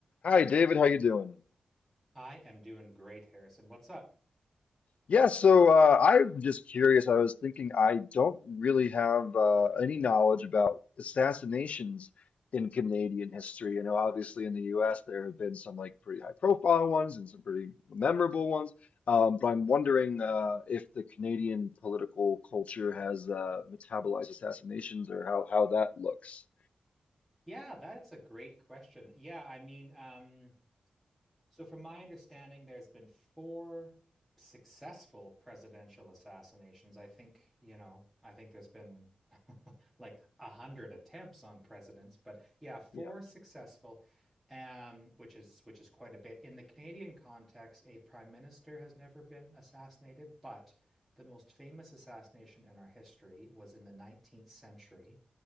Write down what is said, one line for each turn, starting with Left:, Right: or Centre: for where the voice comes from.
Left: Hi, David. How you doing?
Centre: I am doing great, Harrison. What's up?
Left: Yeah, so uh, I'm just curious. I was thinking I don't really have uh, any knowledge about assassinations in Canadian history. You know, obviously in the U.S. there have been some like pretty high-profile ones and some pretty memorable ones. Um, but I'm wondering uh, if the Canadian political culture has uh, metabolized assassinations or how how that looks.
Centre: Yeah, that's a great question. Yeah, I mean, um, so from my understanding, there's been four successful presidential assassinations. I think, you know, I think there's been <laughs> like a hundred attempts on presidents, but yeah, four
Left: Yeah.
Centre: successful, um, which is which is quite a bit. In the Canadian context, a prime minister has never been assassinated, but the most famous assassination in our history was in the 19th century.